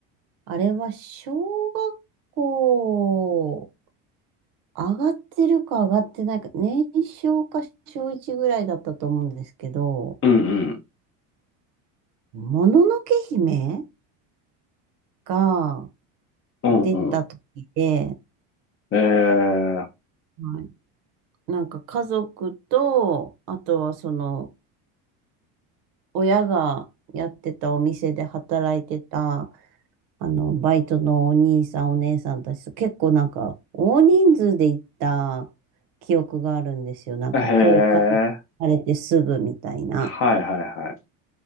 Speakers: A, on the right; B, on the left.
A: あれは小学校上がってるか上がってないか、年少か小1ぐらいだったと思うんですけど、
B: うん、うん、
A: もののけ姫が
B: うん、
A: 出た時で、
B: うん。え
A: はいなんか家族と、あとはその親がやってたお店で働いてたあの、バイトのお兄さん、お姉さんたちと結構なんか、大人数で行った記憶があるんですよ。なんか、
B: ー、へ
A: 交換されてすぐみたいな。
B: え、はい、はい、はい。